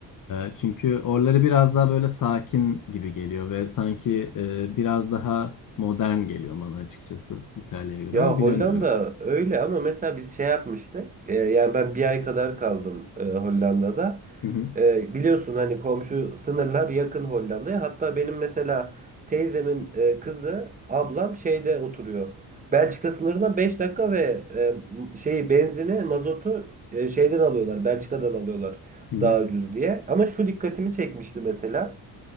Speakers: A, on the left; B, on the right.
A: E, çünkü oraları biraz daha böyle sakin gibi geliyor ve sanki e, biraz daha modern geliyor bana açıkçası İtalya'ya göre
B: Ya
A: ama bilemiyorum.
B: Hollanda öyle ama mesela biz şey yapmıştık. E, yani ben bir ay kadar kaldım e, Hollanda'da.
A: Hı hı
B: E, biliyorsun hani komşu sınırlar yakın Hollanda'ya. Hatta benim mesela teyzemin e, kızı, ablam şeyde oturuyor. Belçika sınırına beş dakika ve e, m- şeyi benzini, mazotu e, şeyden alıyorlar. Belçika'dan alıyorlar
A: hı
B: daha ucuz diye. Ama şu dikkatimi çekmişti mesela.